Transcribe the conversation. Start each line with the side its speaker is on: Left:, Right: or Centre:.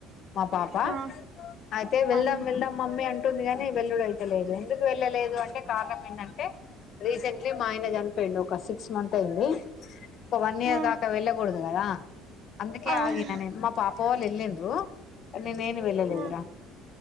Left: మా పాప
Right: ఆ
Left: అయితే వెల్దం
Right: అవును
Left: వెల్దం మమ్మీ అంటుంది గని వెల్లుడయితలేదు ఎందుకు వెళ్ళలేదు అంటే కారణం ఏంటంటే రీసెంట్లీ మా ఆయన జనిపోయిండు ఒక సిక్స్ మంత్ అయింది ఒక వన్ ఇయర్
Right: ఆ
Left: దాకా వెళ్ళ గూడదు గదా అందుకే
Right: అవును
Left: ఆగిన నేన్ మా పాప వాళ్ళు వెళ్ళిన్రు కని నేను వెళ్ళలేదురా
Right: ఆ